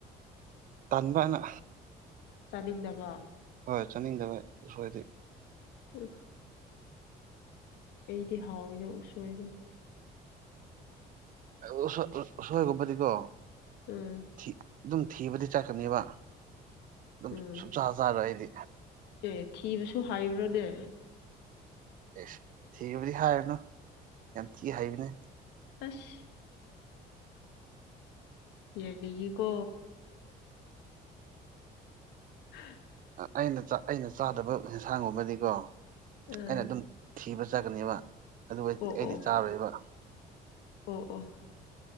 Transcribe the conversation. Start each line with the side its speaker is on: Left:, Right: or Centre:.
Right: ꯇꯟꯕꯅ
Left: ꯆꯥꯅꯤꯡꯗꯕ
Right: ꯍꯣꯏ ꯆꯥꯅꯤꯡꯗꯕ ꯎꯁꯣꯏꯗꯤ
Left: <inaudible> ꯑꯩꯗꯤ ꯍꯥꯎꯋꯤꯗ ꯎꯁꯣꯏꯗꯣ
Right: ꯑ ꯎꯁꯣꯏ ꯎꯁꯣꯏꯒꯨꯝꯕꯗꯤꯀꯣ
Left: ꯎꯝ
Right: ꯊꯤ ꯑꯗꯨꯝ ꯊꯤꯕꯗꯤ ꯆꯠꯀꯅꯦꯕ ꯑꯗꯨꯝ
Left: ꯎꯝ
Right: ꯁꯨꯡꯆꯥꯥ ꯆꯥꯔꯣꯏ ꯑꯩꯗꯤ
Left: ꯑꯦ ꯊꯤꯕꯁꯨ ꯍꯥꯏꯕ꯭ꯔꯅꯦ
Right: ꯑꯦꯁ ꯊꯤꯕꯗꯤ ꯍꯥꯏꯔꯨꯅꯨ ꯌꯥꯝ ꯊꯤ ꯍꯩꯕꯅꯦ
Left: ꯑꯁ ꯌꯦꯡꯅꯤꯉꯤꯀꯣ <inaudible>
Right: ꯑꯩꯅ ꯆꯥ ꯑꯩꯅ ꯆꯥꯗꯕ ꯌꯦꯟꯁꯥꯡꯒꯨꯝꯕꯗꯤꯀꯣ
Left: ꯑꯥ
Right: ꯑꯩꯅ ꯑꯗꯨꯝ ꯊꯤꯕ ꯆꯠꯀꯅꯦꯕ ꯑꯗꯨ ꯑꯩ
Left: ꯑꯣ
Right: ꯑꯩꯗꯤ
Left: ꯑꯣ
Right: ꯆꯥꯔꯣꯏꯕ
Left: ꯑꯣ ꯑꯣ